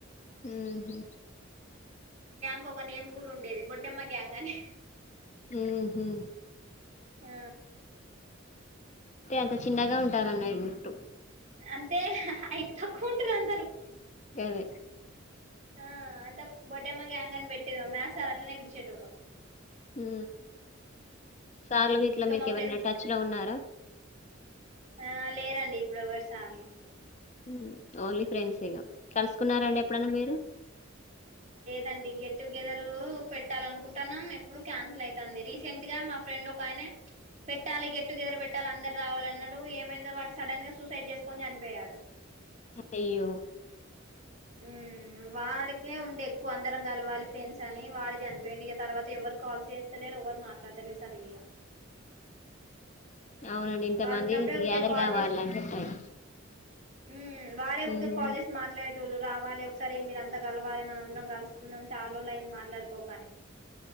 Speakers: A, on the left; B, on the right.
A: ఊహు
B: ఇంకొక నేమ్ గూడ ఉండేది బొడ్డెమ్మ గ్యాంగ్ అని.
A: మ్మ్ హ్మ్
B: ఆ
A: అంటే అంత చిన్నగా ఉంటారన్నయిటు.
B: అంటే హైట్ తక్కువుంటరు అందరు.
A: అదే
B: ఆ అంత బొడెమ్మ గ్యాంగ్ అని పెట్టేది మా మ్యాత్స సార్ అట్లనే పిలిశేటోడు.
A: ఊ సార్లు గిట్ల
B: ఇంకా
A: మీకెవరన్న
B: మా ఫ్రెండ్స్
A: టచ్ లో ఉన్నారా.
B: ఆ లేరండి ఇప్పుడు ఎవర్ సార్లు.
A: ఉ ఓన్లీ ఫ్రెండ్సే గా కల్సుకున్నారండి ఎప్పుడన్నా మీరు.
B: రండి గెట్ టుగెదరూ పెట్టాలనుకుంటాన్నం ఎప్పుడు క్యాన్సల్ అయితాంది. రీసెంట్ గా మా ఫ్రెండ్ ఒకాయన పెట్ పెట్టాలి గెట్టుగెదర్ పెట్టాలి అందరు రావాలన్నడూ ఇగ ఏమైందో వాడు సడన్ గా సూసైడ్ చేసుకొన్ చనిపోయాడు.
A: అయ్యో
B: ఊ వాడికే ఉండే ఎక్కువ అందరం కలవాలి ఫ్రెండ్స్ అనీ వాడు చనిపోయిండు ఇగ తర్వాత ఎవరు కాల్స చేస్తలేరు. ఎవరు మాట్లాడతలే సరిగ ఇగా.
A: అవునండి ఇంతమందీ
B: వాడు ఉన్నప్పుడే
A: గ్యాదర్
B: ఊకే కాల్
A: గావాలంటే టైం
B: ఊ బా
A: ఉమ్
B: ట్ కాల్ చేశి మాట్లాడే టోళ్ళు రావాలె ఒకసారి మీరంత కల్వాలె మనం అందరం కల్సుకుందాం చాల రోజులయింది. మాట్లాడుకోక అని